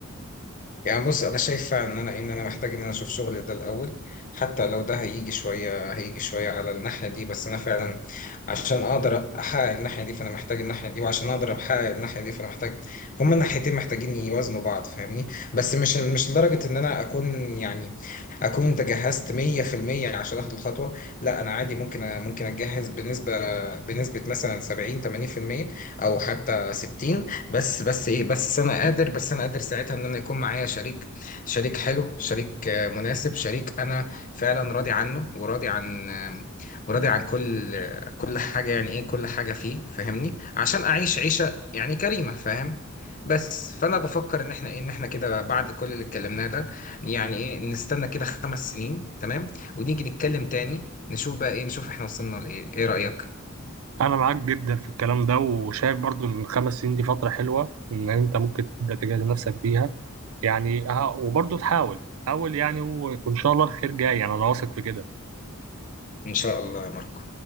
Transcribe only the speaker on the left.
يعني بص انا شايف فعلا ان انا إيه، ان انا محتاج ان انا اشوف شغل ده الاول حتى لو ده هيجي شويه هيجي شويه على الناحيه دي بس انا فعلا عشان اقدر احقق الناحيه دي فانا محتاج الناحيه دي وعشان اقدر احقق الناحيه دي فانا محتاج هما الناحيتين محتاجين يوازنوا بعض فاهمني بس مش مش لدرجه ان انا اكون يعني اكون تجهزت 100% عشان اخد الخطوه لا انا عادي ممكن أ- ممكن اتجهز بنسبه بنسبه مثلا 70 80% او حتى 60 بس بس ايه بس انا قادر بس انا قادر ساعتها ان انا يكون معايا شريك شريك حلو شريك آه، مناسب شريك انا فعلا راضي عنه وراضي عن آه، وراضي عن كل آه، كل حاجه يعني ايه كل حاجه فيه فاهمني عشان اعيش عيشه يعني كريمه فاهم بس فانا بفكر ان احنا ايه ان احنا كده بعد كل اللي اتكلمناه ده يعني ايه نستنى كده خمس سنين تمام ونيجي نتكلم تاني نشوف بقى ايه نشوف احنا وصلنا لايه ايه رايك
ان شاء الله يا ماركو